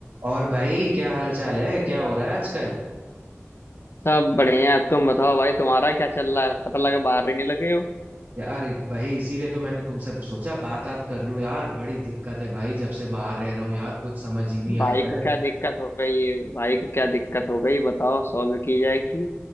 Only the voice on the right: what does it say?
और भाई क्या हाल चाल है क्या हो रहा है आजकल
यार भाई इसीलिए तो मैंने तुमसे सोचा बात बात कर लूं यार बड़ी दिक्कत है भाई जब से बाहर रह रहा हूँ यार कुछ समझ ही नहीं
आता
है